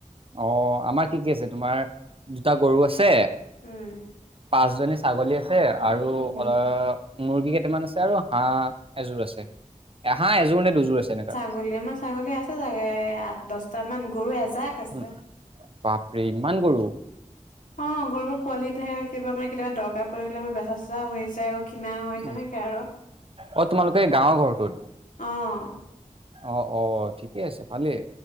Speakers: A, on the right (about 45°); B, on the left (about 75°).
A: অঁ, আমাৰ কি কি আছে? তোমাৰ দুটা গৰু আছে,
B: উম।
A: পাঁচ জনী- ছাগলী আছে আৰু
B: উম,
A: অল মুৰ্গী কেইটামান আছে আৰু হাঁহ এযোৰ আছে। এ হাহ এযোৰ নে দুযোৰ আছে এনেকা।
B: ছাগলী আমাৰ ছাগলী আছে ছাগে আঠ দহটামান গৰু এজাক। আছে।
A: উম, বাপৰে ইমান গৰু?
B: অ', গৰুৰ পোৱালি ধেৰ কিবা মানে কেতিয়াবা দৰকাৰ পৰি গ'লে মানে বেচা-চেচা হৈ যায়, আকৌ কিনা হয়,
A: উম,
B: তেনেকে আৰু
A: অ, তোমালোকে গাঁৱৰ ঘৰটোত?
B: অ'।
A: অ', অ', ঠিকেই আছে ভালেই